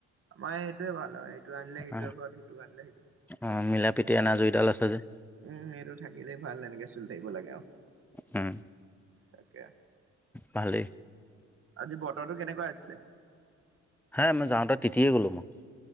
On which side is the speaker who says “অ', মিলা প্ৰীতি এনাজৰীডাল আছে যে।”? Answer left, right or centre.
Centre